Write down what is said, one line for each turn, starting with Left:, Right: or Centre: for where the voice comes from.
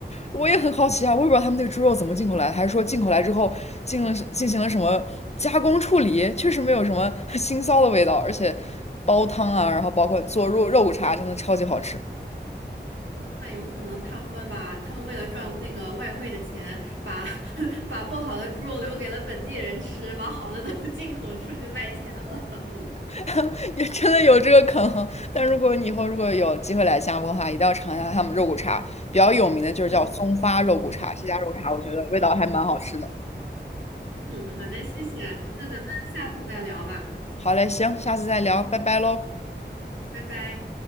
Left: 我也很好奇啊，我也不知道他们那个猪肉怎么进口来的，还是说进口来之后进了进行了什么加工处理，确实没有什么 <laughs> 腥臊的味道，而且煲汤啊，然后包括做肉肉骨茶，真的超级好吃，
Right: 那有可能他们把他们为了赚那个外汇的钱，把 <laughs> 把不好的猪肉留给了本地人吃，把好的都 <laughs> 进口出去卖钱了。<laughs>
Left: <laughs> 也真的有这个可能。但如果你以后如果有机会来新加坡的话，一定要尝一下他们肉骨茶，比较有名的就是叫松发肉骨茶，
Right: 嗯
Left: 这家肉骨茶我觉得味道还蛮好吃的。
Right: 嗯，好的，谢谢，那咱们下次再聊吧，
Left: 好嘞，行，下次再聊，拜拜喽。
Right: 拜拜。